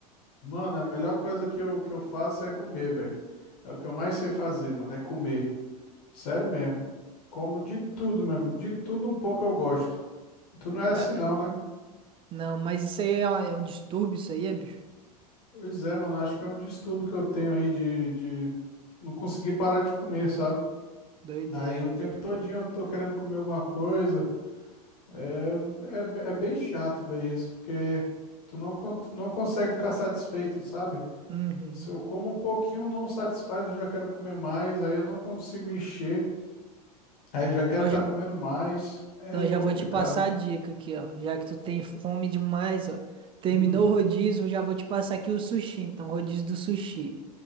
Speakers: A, on the left; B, on the right.
A: Mano, a melhor coisa que eu, que eu faço é comer, velho. É o que eu mais sei fazer, mano, é comer. Sério mesmo. Como de tudo, meu amigo. De tudo um pouco eu gosto. Tu não
B: Caramba.
A: é assim não, né?
B: Não, mas isso aí é, uma- é um distúrbio, isso aí é, bicho.
A: Pois é, mano. Acho que é um distúrbio que eu tenho aí de, de não conseguir parar de comer, sabe?
B: Doideira,
A: Aí o tempo
B: doideira.
A: todinho eu tô querendo comer alguma coisa. É, é, é bem chato, velho, isso. Porque tu não, con- tu não consegue ficar satisfeito, sabe?
B: Uhum.
A: Se eu como um pouquinho, não satisfaz, eu já quero comer mais. Aí eu não consigo encher. Aí já quero
B: Então
A: estar comendo mais. É
B: Então eu já
A: complicado.
B: vou te passar a dica aqui, ó. Já que tu tem fome demais, ó. Terminou
A: Hum,
B: o rodízio, eu já vou te passar aqui o sushi. Então, rodízio do sushi.